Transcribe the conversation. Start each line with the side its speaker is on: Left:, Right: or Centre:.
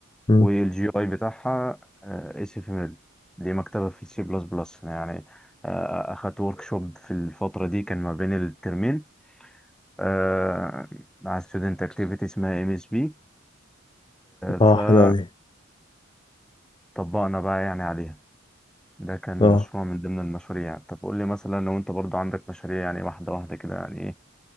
Left: مم.
Centre: والجي اي بتاعها اس اف ام ال دي مكتبه في سي بلس بلس يعني آه، اخدت ورك شوب في الفتره دي كان ما بين الترمين آه، مع ستودنت اكتيفيتي اسمها ام اس بي
Left: اه
Centre: فطبقنا
Left: حلو اوي
Centre: بقى يعني عليها ده كان
Left: اه
Centre: مشروع من ضمن المشاريع طب قول لي مثلا لو انت برضو عندك مشاريع يعني واحدة واحدة كده يعني ايه